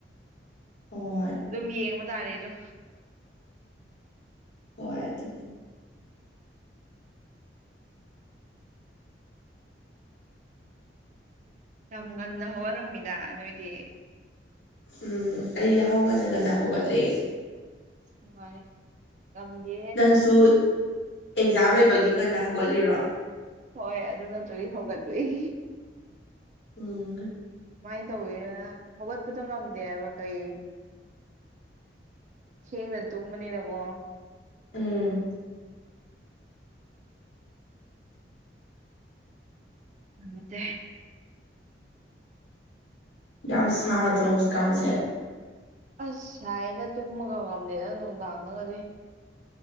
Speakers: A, on the left; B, on the right.
A: ꯍꯣꯏ
B: ꯑꯗꯨꯝ ꯌꯦꯡꯕ ꯇꯥꯔꯦꯗꯣ
A: ꯍꯣꯏ ꯑꯗꯨꯅꯦ
B: ꯌꯥꯝ ꯉꯟꯅ ꯍꯧꯒꯠꯂꯝꯃꯤꯅ ꯅꯣꯏꯗꯤ
A: ꯎꯝ ꯑꯩ ꯌꯥꯍꯧ ꯉꯟꯅ ꯉꯟꯅ ꯍꯧꯒꯠꯂꯦ
B: ꯅꯨꯡꯉꯥꯏ ꯉꯝꯗꯦ
A: ꯅꯪꯁꯨ ꯑꯦꯛꯖꯥꯝ ꯂꯩꯕꯒꯤ ꯉꯟꯅ ꯍꯧꯒꯠꯂꯤꯔꯣ
B: ꯍꯣꯏ ꯑꯗꯨ ꯅꯠꯇ꯭ꯔꯗꯤ ꯍꯧꯒꯠꯂꯨꯏ
A: ꯎꯝ
B: ꯀꯃꯥꯏꯟ ꯇꯧꯌꯦꯅ ꯍꯧꯒꯠꯄꯗꯣ ꯉꯝꯗꯦꯕ ꯀꯩ ꯊꯦꯡꯅ ꯇꯨꯝꯕꯅꯤꯅꯀꯣ
A: ꯎꯝ
B: ꯉꯝꯇꯦ
A: ꯌꯥꯝ ꯁꯥꯗ꯭ꯔꯣ ꯍꯧꯖꯤꯛꯀꯥꯟꯁꯦ
B: ꯑꯁ ꯁꯥꯏꯌꯦꯗ ꯇꯨꯝꯕꯒ ꯉꯝꯗꯦꯗ ꯅꯨꯡꯗꯥꯡꯗꯒꯗꯤ